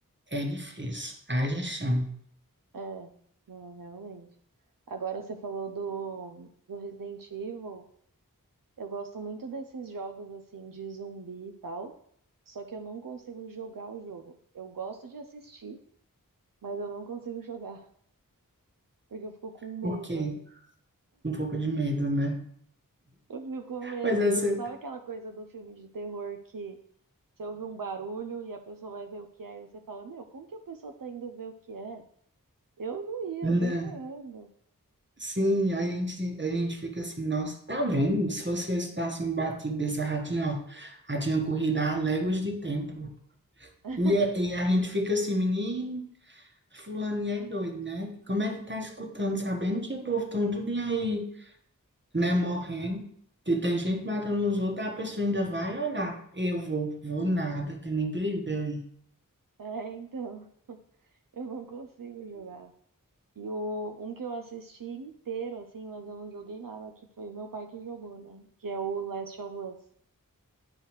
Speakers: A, on the right (about 35°); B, on the right (about 75°).
A: é difícil. Haja chão.
B: é, não, realmente. Agora você falou do, do Resident Evil. Eu gosto muito desses jogos assim de zumbi e tal, só que eu não consigo jogar o jogo. Eu gosto de assistir, mas eu não consigo <laughs> jogar, porque eu fico com medo.
A: Por quê? Um pouco de medo, né?
B: Eu fico com medo,
A: Mas essa,
B: tipo, sabe aquela coisa do filme de terror que você ouve um barulho e a pessoa vai ver o que é, e você fala, meu, como que a pessoa tá indo ver o que é? Eu não ia,
A: não.
B: nem ferrando.
A: Sim, a gente, a gente fica assim, nossa, tá vendo? Se você escutasse um batido dessa ratinha, ó, ratinha corrida há léguas de tempo.
B: <laughs>
A: E, é- e a gente fica assim, menino. fulaninha é doido, né? Como é que tá escutando, sabendo que o povo tão tudo aí, né, morrendo, que tem gente matando os outros, a pessoa ainda vai olhar. Eu vou, vou nada, tem nem perigo de eu ir.
B: É, então, eu não consigo jogar. E o, um que eu assisti inteiro, assim, mas eu não joguei nada, que foi o meu pai que jogou, né? Que é o Last of Us.